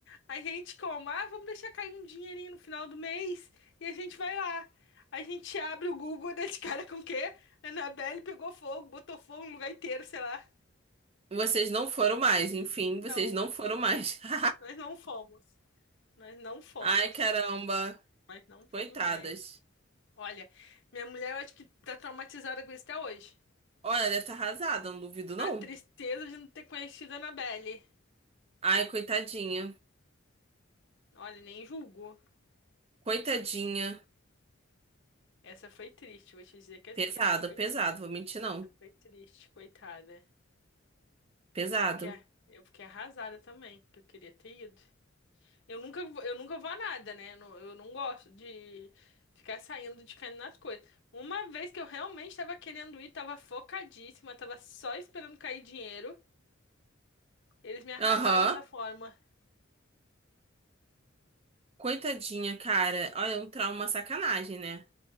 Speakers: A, on the left; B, on the right.
A: A gente como, ah, vamos deixar cair um dinheirinho no final do mês e a gente vai lá. A gente abre o Google <laughs> e dá de cara com o quê? Annabelle pegou fogo, botou fogo no lugar inteiro, sei lá.
B: vocês não foram mais, enfim, vocês
A: Não,
B: não foram mais. <laughs>
A: nós não fomos. Nós não fomos.
B: Ai, caramba,
A: Nós não fomos
B: coitadas.
A: mais. Olha, minha mulher eu acho que tá traumatizada com isso até hoje.
B: Olha, deve estar arrasada, não duvido não.
A: A tristeza de não ter conhecido a Annabelle.
B: Ai, coitadinha,
A: Olha, nem julgo.
B: coitadinha.
A: Essa foi triste, vou te dizer que assim,
B: Pesado,
A: essa foi,
B: pesado, vou mentir não.
A: essa foi triste, coitada.
B: Pesado.
A: Eu fiquei, a- eu fiquei arrasada também, que eu queria ter ido. Eu nunca, vou- eu nunca vou a nada, né? Eu não, eu não gosto de ficar saindo de caindo nas coisas. Uma vez que eu realmente estava querendo ir, tava focadíssima, tava só esperando cair dinheiro, eles me arrasaram
B: Aham,
A: dessa forma.
B: Coitadinha, cara. Olha, um trauma sacanagem, né?